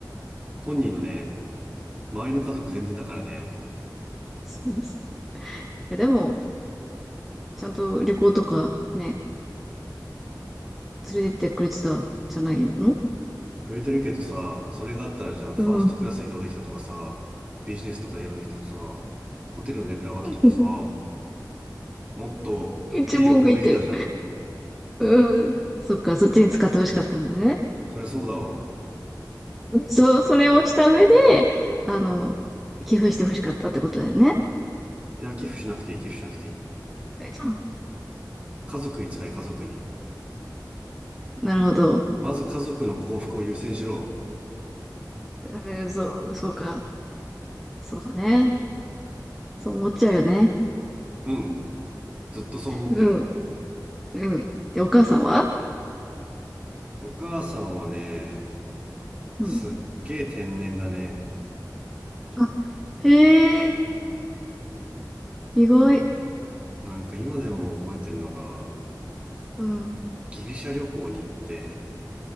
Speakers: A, on the right (about 20°); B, in the centre.
A: 本人のね、周りの家族全然だからね、
B: そうですか。いや、でも、ちゃんと旅行とかね、連れてってくれてたじゃないの
A: くれてるけどさ、それがあったらじゃあファーストクラス移動できたとかさ、
B: うん。
A: ビジネスとかで移動できたとかさ、ホテルのレベル上がったとかさ、
B: <laughs>
A: もっといい旅行できたじゃん。
B: 一文句言ってる。うん。うん。そっか、そっちに使ってほしかったんだね。
A: そりゃそうだわ。
B: そう、それをした上で、あの、寄付してほしかったってことだよね。
A: いや、寄付しなくていい、寄付しなくていい。
B: うん
A: 家族に使え、家族に。
B: なるほど。
A: まず家族の幸福を優先しろ。
B: えーそう、そうか。そうだね。そう思っちゃうよね。
A: うん、ずっとそう思ってる。
B: うん、うん。で、お母さんは
A: お母さんはね、
B: うん。
A: すっげえ天然だね。
B: あ、へえ、意外。
A: なんか今でも覚えてんのが、
B: うん、
A: ギリシャ旅行に行って、